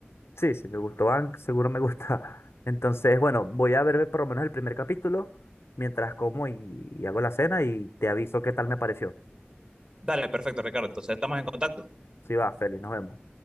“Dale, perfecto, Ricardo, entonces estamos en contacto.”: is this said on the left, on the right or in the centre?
Right